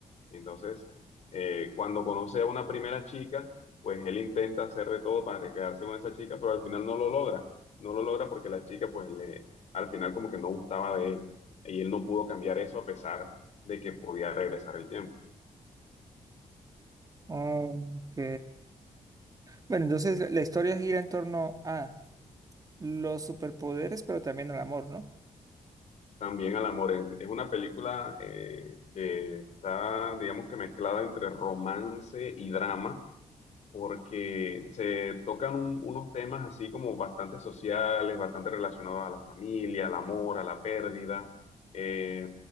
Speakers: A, on the left; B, on the right.
A: Entonces, eh, cuando conoce a una primera chica, pues él intenta hacer de todo para quedarse con esa chica, pero al final no lo logra. No lo logra porque la chica, pues le, al final como que no gustaba de él y él no pudo cambiar eso a pesar de que podía regresar el tiempo.
B: Ok. Bueno, entonces la la historia gira en torno a los superpoderes, pero también al amor, ¿no?
A: También al amor. Es, es una película eh, que está, digamos que mezclada entre romance y drama porque se tocan un- unos temas así como bastante sociales, bastante relacionados a la familia, al amor, a la pérdida. Eh,